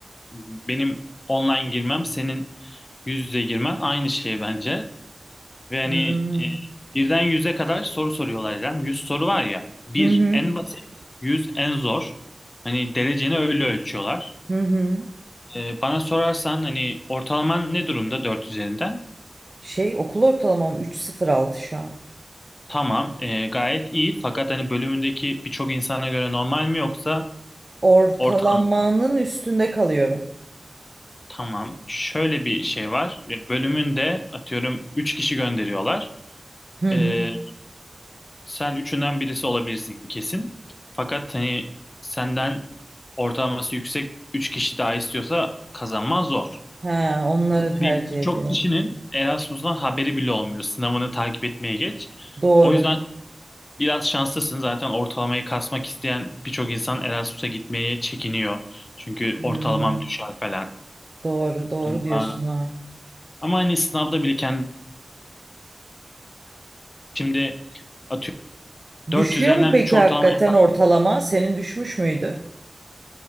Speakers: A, on the left; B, on the right.
A: benim online girmem senin yüz yüze girmen aynı şey bence. Ve hani
B: Hmm.
A: e, birden yüze kadar soru soruyorlar İrem. Yüz soru var ya. Bir
B: Hı hı.
A: en basit, yüz en zor. Hani dereceni öyle ölçüyorlar.
B: Hı hı.
A: E, bana sorarsan hani ortalaman ne durumda 4 üzerinden?
B: Şey okul ortalamam 3.06 şu an.
A: Tamam, e, gayet iyi. Fakat hani bölümündeki birçok insana göre normal mi yoksa
B: Ortalamanın
A: ortalama?
B: üstünde kalıyorum.
A: Tamam. Şöyle bir şey var. E, Bölümünde atıyorum 3 kişi gönderiyorlar.
B: Hı hı.
A: E, Sen üçünden birisi olabilirsin kesin. Fakat hani senden ortalaması yüksek 3 kişi daha istiyorsa kazanman zor.
B: He, onları
A: Hani
B: tercih
A: çok
B: ediyorum.
A: kişinin Erasmus'tan haberi bile olmuyor. Sınavını takip etmeye geç.
B: Doğru.
A: O yüzden biraz şanslısın. Zaten ortalamayı kasmak isteyen birçok insan Erasmus'a gitmeye çekiniyor. Çünkü
B: Hmm.
A: ortalamam düşer falan.
B: Doğru, doğru
A: Ama,
B: diyorsun ha.
A: ama hani sınavda bile kendi şimdi atıyorum
B: Düşüyor
A: 4 üzerinden
B: mu peki
A: 3 ortalama
B: hakikaten ortalama? Senin düşmüş müydü?